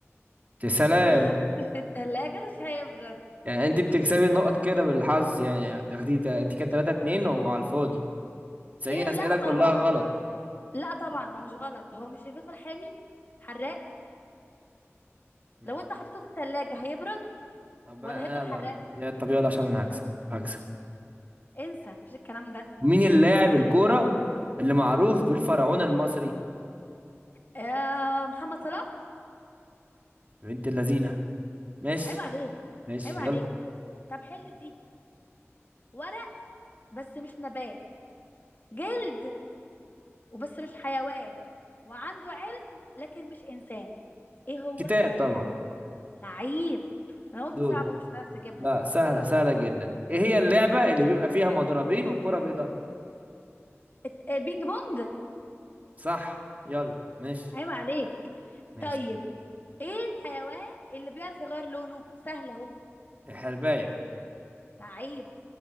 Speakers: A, on the right; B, on the left.
A: يا سلام
B: لو حطيته في التلاجة مش هيبرد
A: يعني انت بتكسبي النقط كده بالحظ يعني يعني تاخدي انت كده 3 2 وعلى الفاضي تسأليني
B: ايه
A: اسئلة
B: لا
A: كلها
B: طبعا
A: غلط
B: لا طبعا ده مش غلط هو مش الفلفل حامي حراق
A: ماشي
B: لو انت حطيته في التلاجة هيبرد
A: طب
B: ولا
A: انا
B: هيفضل حراق
A: لا يا- طب يلا عشان انا هكسب هكسب
B: انسى مفيش الكلام ده
A: مين اللاعب الكورة اللي معروف بالفرعون المصري
B: آه محمد صلاح
A: بنت اللذينة ماشي
B: عيب عليك
A: ماشي
B: عيب عليك
A: يلا
B: طب حل دي ورق بس مش نبات جلد وبس مش حيوان وعنده علم لكن مش إنسان إيه هو
A: كتاب طبعا
B: لعيب أنا قلت
A: دوري
B: صعبة مش هتعرف تجيبها
A: لا
B: دي
A: سهلة سهلة جدا ايه هي اللعبة اللي بيبقى فيها مضربين وكرة بيضاء
B: الت- البينج بونج
A: صح يلا ماشي
B: عيب عليك
A: ماشي
B: طيب إيه الحيوان اللي بيعرف يغير لونه سهل أهو
A: الحرباية
B: لعيب